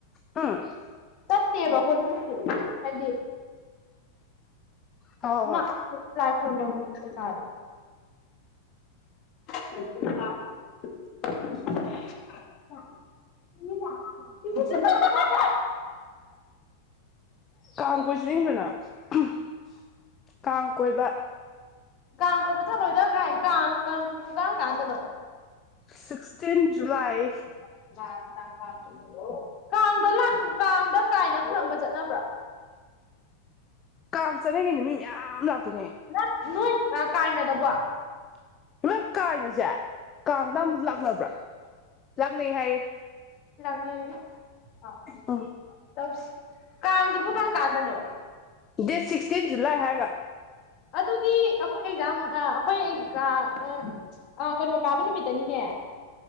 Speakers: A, on the left; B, on the left.
A: ꯑꯝ
B: ꯆꯠꯇꯦꯕ ꯑꯩꯈꯣꯏꯁꯨ ꯀꯩꯁꯨ ꯍꯥꯏꯗꯤ
A: ꯍꯣꯏ ꯍꯣꯏ
B: ꯅꯛꯑꯁꯨ ꯂꯥꯏ ꯈꯨꯔꯨꯝꯕꯝ ꯀꯩ ꯀꯥꯗꯣ <unintelligible>
A: <inaudible>
B: <unintelligible>
A: ꯀꯥꯡ ꯀꯣꯏ ꯆꯠꯅꯤꯡꯗ꯭ꯔꯣ ꯅꯪ <unintelligible> ꯀꯥꯡ ꯀꯣꯏꯕ
B: ꯀꯥꯡ ꯀꯣꯏꯕ ꯆꯠꯂꯣꯏꯗ ꯀꯥꯏ ꯀꯥꯡ ꯀꯥꯡꯕꯨ ꯀꯔꯝꯀꯥꯟꯗꯅꯣ
A: ꯁꯤꯛꯁꯇꯤꯟ ꯖꯨꯂꯥꯏ
B: <unintelligible> ꯀꯥꯡꯗ ꯂꯥꯏ ꯀꯥꯡꯗ ꯀꯥꯏꯅ ꯈꯨꯔꯨꯝꯕ ꯆꯠꯅꯕ꯭ꯔꯣ
A: ꯀꯥꯡ ꯆꯠꯅꯩ‌ ꯀꯩꯅꯣ ꯃꯤ ꯃꯌꯥꯝ ꯂꯥꯛꯇꯣꯏꯅꯦ
B: ꯅꯠ ꯅꯣꯏ ꯑꯥ ꯀꯥꯏꯅꯗꯕꯣ
A: <unintelligible> ꯀꯥꯏꯅꯖꯦ ꯀꯥꯡꯗ
B: ꯎꯝ
A: ꯑꯃꯨꯛ ꯂꯥꯛꯅꯕ꯭ꯔꯣ ꯂꯥꯛꯅꯩ ꯍꯥꯏꯌꯦ
B: ꯂꯥꯛꯅꯩꯌꯦ <unintelligible>
A: ꯎꯝ
B: ꯇꯧꯁꯤ ꯀꯥꯡꯁꯤꯕꯨ ꯀꯔꯝ ꯀꯥꯟꯗꯅꯣ
A: ꯗꯦꯠ ꯁꯤꯛꯁꯇꯤꯟ ꯖꯨꯂꯥꯏ ꯍꯥꯏꯔꯒ
B: ꯑꯗꯨꯗꯤ ꯑꯩꯈꯣꯏ ꯑꯦꯛꯖꯥꯝ ꯑꯥ ꯑꯩꯈꯣꯏ ꯑꯦ ꯀꯥ ꯑ ꯑ ꯀꯩꯅꯣ ꯀꯥꯕ ꯅꯨꯃꯤꯠꯇꯅꯤꯅꯦ